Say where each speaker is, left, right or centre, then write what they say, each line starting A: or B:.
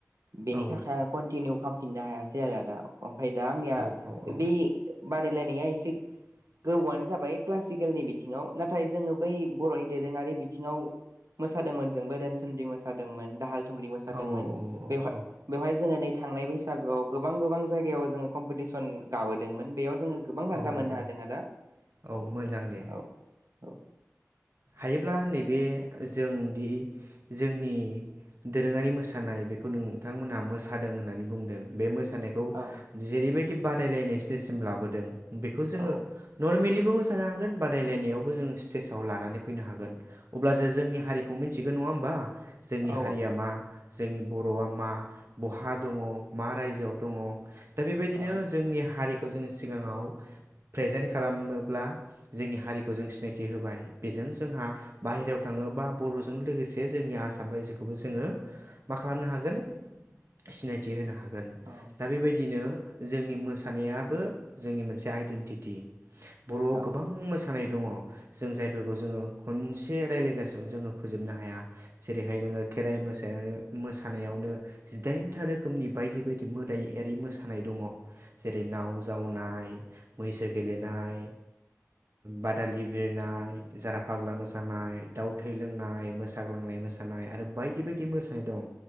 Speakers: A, on the right; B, on the right.
A: बेनि
B: औ
A: थाखाय आङो कन्टिनिउ खालामफिननो हायासै आरो आदा बाइ दा आंनिया
B: औ औ
A: बे बादायलायनाया एसे
B: <inaudible>
A: गोबौआनो जाबाय क्लासिकेलनि बिथिङाव नाथाय जोङो बै बर'नि दोरोङारि बिथिङाव मोसादोंमोन जोंबो रोनसोन्रि मोसादोंमोन दाहाल थुंग्रि मोसादोंमोन
B: औ औ
A: बेवहाय
B: औ
A: बेवहाय जोङो थांनाय बैसागोआव गोबां गोबां जायगायाव जोङो कमपिटिसन गाबोदोंमोन बेयाव जोङो गोबां बान्था
B: औ
A: मोननो
B: औ
A: हादों आदा
B: औ
A: बेवहाय
B: मोजां दे
A: औ औ
B: थायोब्ला नैबे जोंदि जोंनि दोरोङारि मोसानाय बेखौ नोंथांमोनहा मोसादों होननानै बुंदों बे मो मोसानायखौ
A: औ
B: जेरैबायदि बादायनाय स्तेजसिम लाबोदों बेखौ जोङो
A: औ
B: नमेलि बो मोसानो हागोन बादायलायनायावबो जों स्टेजाव लानानै फैनो हागोन अब्लासो जोंनि हारिखौ मोनथि बे नङा होमबा जोंनि
A: औ
B: हारिया मा जोंनि बर'आ मा बहा दङ मा रायजोआव दङ दा बेबायदिनो
A: औ
B: जोंनि हारि बेखौ जोङो सिगाङाव प्रेजेन्ट खालामोब्ला जोंनि हारिखौ जों सिनायथि होबाय बेजों जोंहा बाहेरायाव थाङो बा बर'जों लोगोसे जोंनि आसाम रायजोखौबो जोङो मा खालामनो हागोन सिनायथि होनो हागोन
A: औ
B: दा बेबायदिनो जोंनि मोस मोसानायाबो जोंनि मोनसे आइडेन्टित बर'आव
A: औ
B: गोबां
A: औ
B: मोसानाय दङ जों जाय बेफोरखौ जोङो खनसे रायज्लायगासिनो जोङो फोजोबनो हाया जेरैहाय नोङो खेराइ मोसानानै मोसानायावनो जिदाइनथा रोखोमनि बायदि बायदि मोदायि मोसानाय दङ। जेरै नाव जावनाय मैसो गेलेनाय बादालि बिरनाय जारा फाग्ला मोसानाय दाव थै लोंनाय मोसाग्लांनाय मोसानाय आरो बायदि बायदि मोसानाय दं